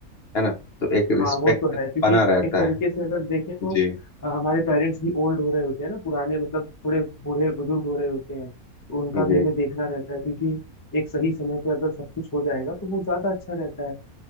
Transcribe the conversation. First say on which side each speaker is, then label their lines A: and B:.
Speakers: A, on the left (about 50°); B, on the left (about 20°).
A: है ना तो एक
B: हाँ
A: रिस्पेक्ट
B: वो तो है क्योंकि
A: बना रहता
B: एक तरीके
A: है
B: से अगर देखें तो
A: जी
B: अ, हमारे पेरेंट्स भी ओल्ड हो रहे होते हैं ना पुराने मतलब थोड़े बूढ़े बुजुर्ग हो रहे होते हैं तो उनका
A: जी
B: भी हमें देखना रहता है क्योंकि एक सही समय पे अगर सब कुछ हो जाएगा तो वो ज्यादा अच्छा रहता है